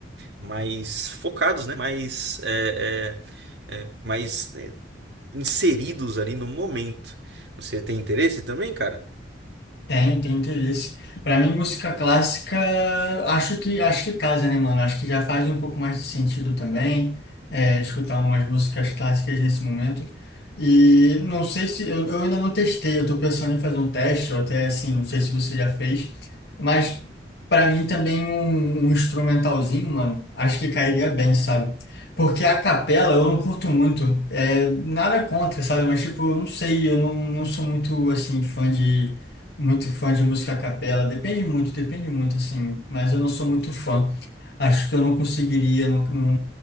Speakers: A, on the right; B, on the left.
A: mais focados, né? Mais, é, é, é, mais é, inseridos ali no momento. Você tem interesse também, cara?
B: Tem, tem interesse. Pra mim, música clássica, acho que acho que casa, né, mano? Acho que já faz um pouco mais de sentido também, é, escutar umas músicas clássicas nesse momento. E não sei se eu, eu ainda não testei, eu tô pensando em fazer um teste, ou até assim, não sei se você já fez, mas pra mim também um, um instrumentalzinho, mano, acho que cairia bem, sabe? Porque a capela eu não curto muito, é, nada contra, sabe? Mas tipo, eu não sei, eu não, não sou muito assim fã de muito fã de música a capela. Depende muito, depende muito, assim. Mas eu não sou muito fã. Acho que eu não conseguiria, não, não,